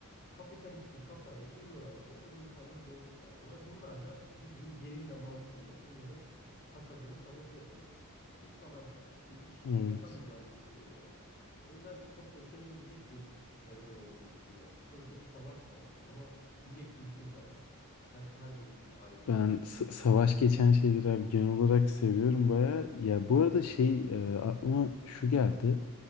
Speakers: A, on the left; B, on the left.
A: kapitalist bir kafayla geliyorlar buraya ve bu insanlara zorluk çıkartıyorlar. Bunlar da bildiğin gerilla mantığıyla bunların hasadını sabote ederek iç savaş, iç
B: Evet.
A: yaşam mücadelesi veriyorlar. O yüzden çok hoşuna gidecek bir evren olduğunu düşünüyorum. Sonuçta bir savaş da var ama bir de kültür de var. Her, her biri için ayrı yazılmış.
B: Ben s- savaş geçen şeyleri abi genel olarak seviyorum baya. Ya bu arada şey e, aklıma şu geldi.